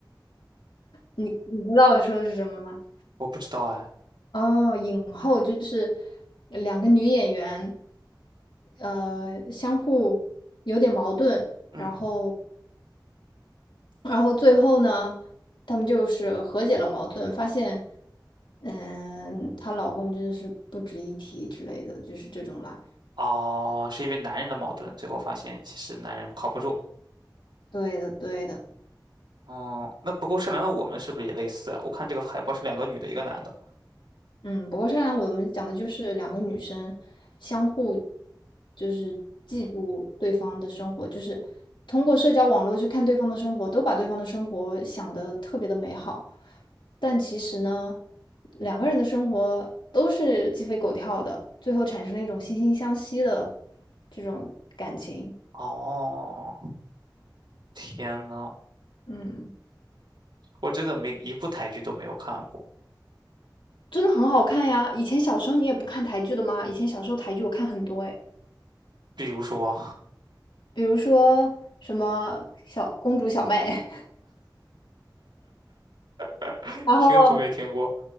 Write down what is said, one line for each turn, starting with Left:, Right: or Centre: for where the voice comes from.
Left: 你你知道我说的是什么吗？
Right: <laughs> 我不知道哎。
Left: 哦，影后就是两个女演员，呃，相互有点矛盾，
Right: 嗯，
Left: 然后然后最后呢，他们就是和解了矛盾，发现，嗯，她老公真的是不值一提之类的，就是这种啦。
Right: 哦，是因为男人的矛盾，最后发现其实男人靠不住。
Left: 对的，对的。
Right: 哦，那不够善良的我们是不是也类似啊？我看这个海报是两个女的，一个男的。
Left: 嗯，不过善良》我们讲的就是两个女生相互就是嫉妒对方的生活，就是通过社交网络去看对方的生活，都把对方的生活想得特别的美好，但其实呢，两个人的生活都是鸡飞狗跳的，最后产生了一种惺惺相惜的这种感情。
Right: 哦，天呐，
Left: 嗯，
Right: 我真的没一部台剧都没有看过，
Left: 真的很好看呀！以前小时候你也不看台剧的吗？以前小时候台剧我看很多诶，
Right: 比如说
Left: 比如说什么小公主小妹。
Right: <laughs>
Left: 然后
Right: 听都没听过